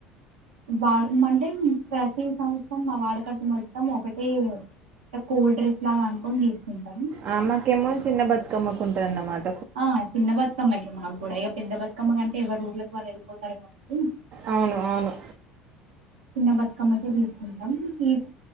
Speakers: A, on the right; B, on the right.
A: వా మంటే ప్రతి సంవత్సరం మా వాడకత మొత్తం ఒకటే అ కూల్ డ్రింక్స్ లాగా అనుకొని తీసుకుంటామ్
B: ఆ మాకేమో చిన్న బతుకమ్మకు ఉంటందన్నమాట
A: ఆ చిన్న బతుకమ్మకి మాకూడా ఇగ పెద్ద బతుకమ్మ అంటే ఎవరు ఊడ్లకు వాళ్ళు వెళ్ళిపోతారు కాబట్టి
B: అవును అవును
A: చిన్న బతుకమ్మకె తీసుకుంటాం తీస్